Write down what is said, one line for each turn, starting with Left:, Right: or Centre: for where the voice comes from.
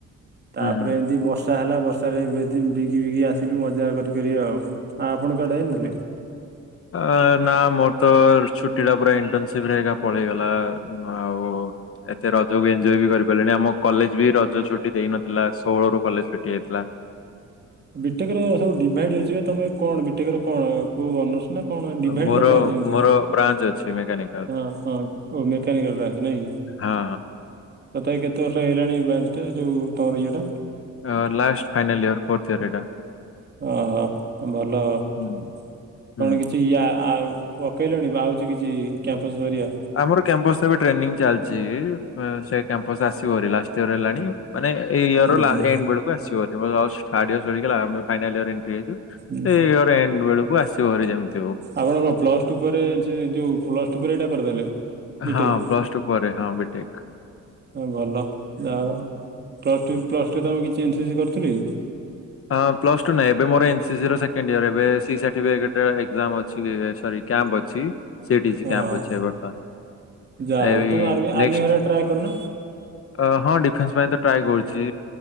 Right: ତାପରେ
Left: ହୁଁ ହୁଁ।
Right: ଏମତି ବର୍ଷ ବର୍ଷା ହେଲା ବର୍ଷାରେ ଭେଦି- ଭିଗି ଭିଗି ଆସିଲୁ ମଜା କରି କରି ଆଉ। ହଁ ଆପଣ କୁଆଡ଼େ ଆ ନ ଥିଲେ?
Left: ଅ ନା ମୋର ତ ଛୁଟି ଟା ପୁରା ଇଣ୍ଟସିପ ପଳେଇଗଲା ଆଉ ଏତେ ରଜକୁ ଏଞ୍ଜୟ୍ କିଛି କରିପାରିଲଣି ଆମ କଲେଜ ବି ରଜ ଛୁଟି ଦେଇନଥିଲା ଷୋହଳ ରୁ କଲେଜ ଫିଟି ଯାଇଥିଲା।
Right: ବିଟେକର ସବୁ ଡିଭାଇଡ ଅଛି ବା ତମେ କଣ? ବିଟେକର କଣ କୋଉ ଅନର୍ସ ନା କଣ? ଡିଭାଇଡ
Left: ମୋର
Right: ନଥାଏ ଯେମିତି।
Left: ମୋର ବ୍ରାଞ୍ଚ ଅଛି ମେକାନିକାଲ
Right: ହଁ ହଁ, ଓ ମକେନିକଲ ବ୍ରାଞ୍ଚ ନାଇ କି।
Left: ହଁ
Right: ତଥାପି କେତେ ବର୍ଷ ହେଇଗଲାଣି ବ୍ରଞ୍ଚ ଟା ଏ ଯୋଉ ତମର ଇଏଟା
Left: ଅ last final year fourth year ଏଇଟା।
Right: ଓହୋ ଭଲ ଅ-କଣ
Left: ହୁଁ। ହୁଁ।
Right: କିଛି ୟା ଆ ପକେଇଲେଣି ବା ଆଉଛି କିଛି କ୍ୟାମ୍ପସ ହେରିକା?
Left: ଆମର କ୍ୟାମ୍ପସ ଏବେ ଟ୍ରେନିଂ ଚାଲିଛି ସେ କ୍ୟାମ୍ପସ ଆସିବ ଲାଷ୍ଟ ଇୟର ହେଲାଣି ଏ ମାନେ ଏଇ ଇୟର
Right: ଓହୋ
Left: ଲା-ଏଣ୍ଡ ବେଳକୁ ଆସିବ ବୋଧେ ଜଷ୍ଥ ଥାର୍ଡ଼ ୟର ସରିକି ଫାଇନାଲ ଏଣ୍ଟ୍ରି ହେଇଛୁ।
Right: ହୁଁ
Left: ଏଇୟଅର ଏଣ୍ଡ ବେଳକୁ ଆସିବ ବୋଧେ ଯେମିତି ହଉ।
Right: ଆପଣ କଣ ପ୍ଲସ ଟୁ ପରେ ଯେ ଯୋଉ ପ୍ଲସ ଟୁ ପରେ ଏଇଟା କରିଦେଲେ। ବିଟେକ୍
Left: ହଁ ପ୍ଲସ୍ ଟୁ ପରେ ହଁ ବିଟେକ।
Right: ହଁ ଭଲ ଯାଅ ପ୍ଲସ୍ ଟୁ ପ୍ଲସ୍ ଟୁ ତମେ କିଛି ଏନ୍ସିସି କରିଥିଲି କି?
Left: ହଁ ପ୍ଲସ ଟୁ ନାଁ ଏବେ ମୋର ଏନସିସି ର ସେକଣ୍ଡ ଇୟର ଏବେ ସି ସାର୍ଟିଫିକେଟର ଏକଜାମ ଅଛି ଏ ସରି। କ୍ୟାମ୍ପ ଅଛି ସେଡିସ୍
Right: ହଁ
Left: କ୍ୟାମ୍ପ ଅଛି ଏ ବର୍ତ୍ତମାନ।
Right: ଯାହା ହଉ
Left: ଏଇ
Right: ତମେ ଆର୍ମି ଆର୍ମି
Left: ନେଷ୍ଟ
Right: ହେରା ଟ୍ରାଏ କରୁନ
Left: ହ ହଁ ଡିପ୍ ସେଇତି ପାଇଁ ତ ଟ୍ରାଏ କରୁଛି